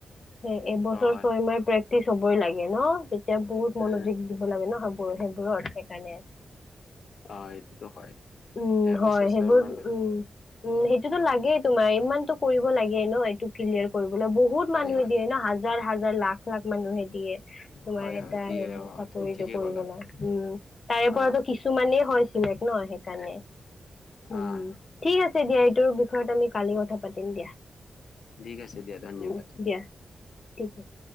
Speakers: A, on the left; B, on the left.
A: হে এবছৰ
B: অ',
A: ছয় মাহ প্ৰেক্টিচ হবই লাগে ন, তেতিয়া বহুত মনোযোগ
B: এ
A: দিব লাগে ন। সে বোৰৰ সেইবোৰৰ সেইকাৰণে
B: অঁ এইটোতো হয়।
A: উম
B: এবছৰ
A: হয়
B: ছয়
A: সেইবোৰ
B: মাহ লাগে।
A: উম উম সেইটোতো লাগেই তোমাৰ ইমানতো কৰিব লাগে ন এইটো ক্লিয়াৰ কৰিবলৈ বহুত
B: হয়,
A: মানুহে
B: হয়,
A: দিয়ে ন, হাজাৰ হাজাৰ লাখ লাখ মানুহে দিয়ে। তোমাৰ
B: হয়,
A: এটা
B: হয়, দিয়ে
A: সেইবোৰ
B: অ',
A: চাকৰিতটো
B: তুমি ঠিকেই
A: কৰিব
B: ক'লা
A: ন উম, তাৰে পৰাতো
B: অ',
A: কিছুমানেই বেলেগ ন সেইকাৰণে উম
B: অ'।
A: ঠিক আছে দিয়া এইটোৰ বিষয়ত আমি কালি ক থা পাতিম দিয়া,
B: ঠিক আছে দিয়া ধন্যবাদ।
A: উম দিয়া ঠিক আছে।